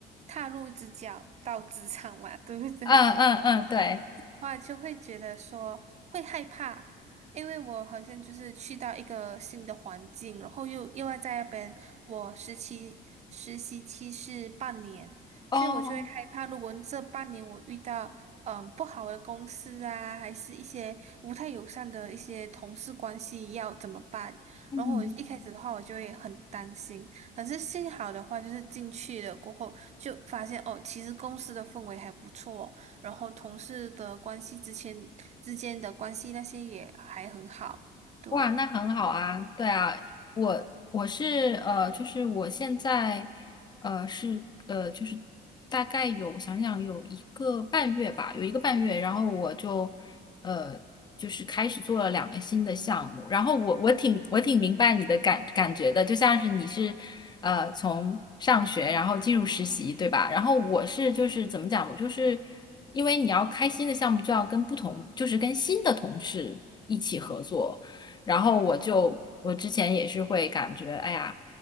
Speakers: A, on the right; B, on the left.
A: 踏入职角到职场嘛，对不对？
B: 嗯嗯嗯，对，
A: 话，就会觉得说会害怕，因为我好像就是去到一个新的环境，然后又又要在那边，我实习实习期是半年，
B: 哦，
A: 所以我就会害怕，如果这半年我遇到嗯不好的公司啊，还是一些不太友善的一些同事关系，要怎么办？
B: 嗯。
A: 然后我一开始的话，我就会很担心。可是幸好的话，就是进去了过后，就发现哦，其实公司的氛围还不错然后同事的关系之前之间的关系那些也还很好，对
B: 哇，那很好啊，对啊，我我是呃，就是我现在呃是呃，就是大概有想想有一个半月吧，有一个半月，然后我就呃就是开始做了两个新的项目，然后我我挺我挺明白你的感感觉的，就像是你是呃从上学然后进入实习，对吧？然后我是就是怎么讲，我就是因为你要开新的项目，就要跟不同，就是跟新的同事一起合作。然后我就我之前也是会感觉，哎呀，